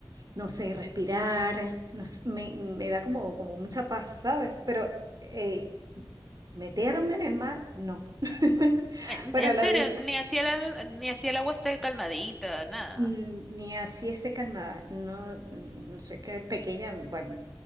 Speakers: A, on the right; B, in the centre.
A: no sé, respirar. no sé, me, me da como, como mucha paz, ¿sabes? Pero eh, meterme en el mar, no. <laughs>
B: En,
A: Pero
B: en
A: lo,
B: serio,
A: disfr-
B: ni hacía la, ni hacía el agua esté calmadita, nada.
A: Mm, Ni así esté calmada. No, mm, no sé qué pequeña, bueno,